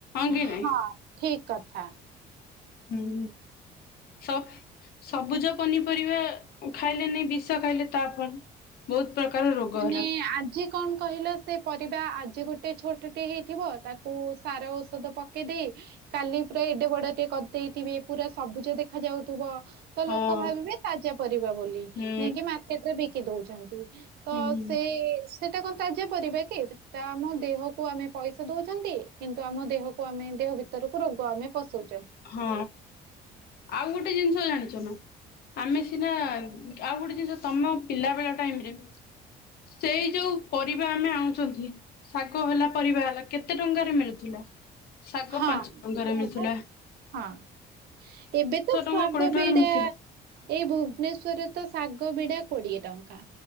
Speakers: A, on the left (about 65°); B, on the right (about 70°).
A: କି
B: ହଁ
A: ନାଇଁ
B: ଠିକ କଥା
A: ହଁ ସବ ସବୁଜ ପନିପରିବା ଖାଇଲେ ନାଇ ବିଷ ଖାଇଲେ ତା ଫରେ ବହୁତ ପ୍ରକାର ରୋଗ
B: ମାନେ
A: ହେଲା
B: ଆଜି କଣ କହିଲ ସେ ପରିବା ଆଜି ଗୋଟେ ଗୋଟେ ଛୋଟ ଟେ ହେଇଥିବ ତାକୁ ସାର ଔଷଧ ପକେଇ ଦେଇେଇ କାଲି ପୁରା ଏଟେ ବଡ ଟିକେ ଦେଇଥିବେ ପୁରା ସବୁଜ ଦେଖାଯାଉଥିବ। ତ
A: ହଁ
B: ଲୋକ ଭାବିବେ ତାଜା ପରିବା ବୋଲି
A: ହୁଁ
B: ନେଇାଇକି ମାର୍କେଟରେ ବିକି ଦଉଛନ୍ତି। ତ
A: ହୁଁ
B: ସେଇ ସେଟା କଣ ତା ପରିବା କି ସେଟା ଆମ ଦେହକୁ ଆମେ ପଇସା ଦଉଛନ୍ତି କିନ୍ତୁ ଆମ ଦେହକୁ ଆମେ ଦେହ ଭିତରକୁ ରୋଗ ଆମେ ପଶୁଛୁ
A: ହଁ ଆଉ ଗୋଟେ ଜିନିଷ ଜାଣିଛ ଆମେ ସିନା ଆଉ ଗୋଟେ ଜିନିଷ ତମ ପିଲା ବେଳ ଟାଇମରେ । ସେଇ ଯୋଉ ପରିବା ଆମେ ଆଣୁଛନ୍ତି ଶାଗ ହେଲା ପରିବା ହେଲା କେତେ ଟଙ୍କାରେ ମିଳୁଥିଲା? ଶାଗ
B: ହଁ
A: ପାଞ୍ଚ ଟଙ୍କାରେ
B: ବହୁତ
A: ମିଳୁଥିଲା ।
B: ହଁ ଏବେ ତ ଶାଗ
A: ଟଙ୍କା କୋଡିଏ ଟଙ୍କାରେ
B: ବିଡା
A: ମିଳୁଥିଲା।
B: ଏଇ ଭୁବନେଶ୍୍ୱରରେ ତ ଶାଗ ବିଡା କୋଡିଏ ଟଙ୍କା